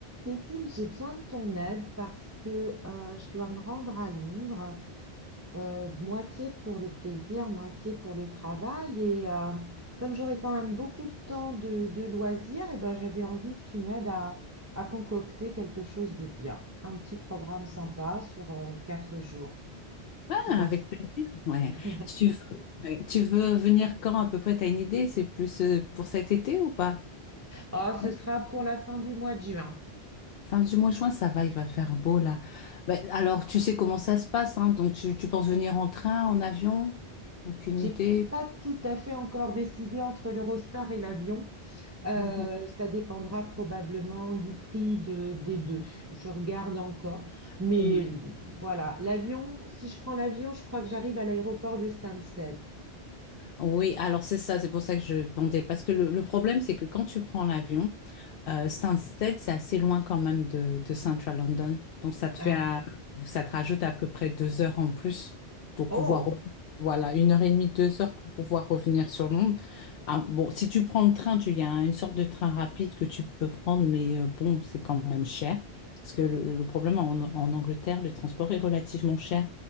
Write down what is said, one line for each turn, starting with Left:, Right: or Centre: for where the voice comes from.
Right: Cécile, j'ai besoin de ton aide parce que euh, je dois me rendre à Londres, euh, moitié pour le plaisir, moitié pour le travail. Et euh, comme j'aurai quand même beaucoup de temps de, de loisirs, eh ben, j'avais envie que tu m'aides à, à concocter quelque chose de bien. Un petit programme sympa sur euh, quatre jours.
Left: Ah,
Right: Tu penses?
Left: avec plaisir. Ouais.
Right: <laughs>
Left: Tu veux, ouais. Tu veux venir quand à peu près? T'as une idée? C'est plus euh, pour cet été ou pas?
Right: Oh,
Left: Ouais.
Right: ce sera pour la fin du mois de juin.
Left: Fin du mois de juin, ça va, il va faire beau là. Mais alors, tu sais comment ça se passe, hein? Donc, tu, tu penses venir en train, en avion? Aucune
Right: J'ai
Left: idée.
Right: pas tout à fait encore décidé entre l'Eurostar et l'avion. Euh,
Left: Mhm.
Right: ça dépendra probablement du prix de, des deux. Je regarde encore. Mais
Left: Ouais.
Right: voilà, l'avion, si je prends l'avion, je crois que j'arrive à l'aéroport de Stansted.
Left: Oui, alors c'est ça, c'est pour ça que je demandais. Parce que le, le problème, c'est que quand tu prends l'avion, Euh, Stansted, c'est assez loin quand même de, de Central London. Donc, ça te
Right: Ah.
Left: fait, à- ça te rajoute à peu près deux heures en plus pour
Right: Oh.
Left: pouvoir, re- voilà, une heure et demie, deux heures pour pouvoir revenir sur Londres. Ah, bon, si tu prends le train, tu, il y a une sorte de train rapide que tu peux prendre, mais euh, bon, c'est quand même cher. Parce que le, le problème en, en Angleterre, le transport est relativement cher.